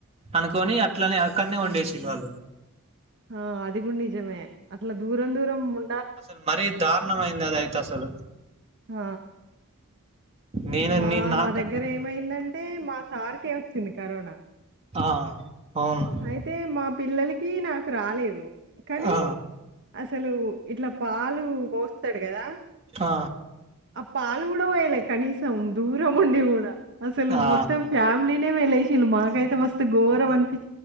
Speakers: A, on the right; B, on the right.
A: అనుకొని అట్లనే అక్కడ్నే వండేసిళ్ వాళ్ళు.
B: ఆ అది గుడ్ నిజమే అట్ల దూరం దూరం ఉ
A: అసలు మరీ దారుణమయింది అదైతే అసలు.
B: హ
A: నేను
B: మా
A: నేను నాక
B: మా దగ్గర ఏమైందంటే మా సార్కే వచ్చింది కరోనా.
A: ఆ అవును
B: అయితే మా పిల్లలకి నాకు రాలేదు కనీ
A: ఆ
B: అసలు ఇట్లా పాలు పోస్తడు కదా
A: ఆ
B: పాలు కూడా పోయలే కనీసం దూరం ఉండి కూడా. అసలు
A: ఆ
B: మొత్తం ఫ్యామిలీనేే వెలేశిళ్ళు. మాకైతే మస్తు ఘోరం అనిపి